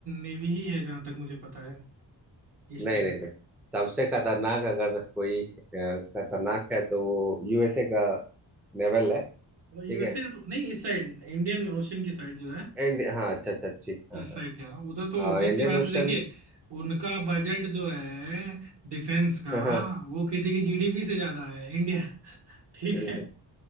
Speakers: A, on the right (about 65°); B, in the centre.
A: नेवी ही है जहां तक मुझे पता है इस
B: नहीं
A: टाइम
B: नहीं नहीं सबसे खतरनाक अगर कोई अ, खतरनाक है तो वो यूएसए का नेवल है ठीक
A: यूएसए
B: है
A: का तो नहीं इस साइड इंडियन ओशन की साइड जो है
B: एंड हाँ अच्छा अच्छा ठीक
A: इस
B: हाँ हाँ
A: साइड कह रहा हूँ उधर तो
B: हाँ
A: ऑब्वियस
B: इंडियन
A: सी बात
B: ओशन
A: है देखिए उनका बजट जो है डिफेंस का
B: हाँ हाँ
A: वो किसी की जीडीपी से ज्यादा है इंडिया <laughs> ठीक
B: बिल्कुल
A: है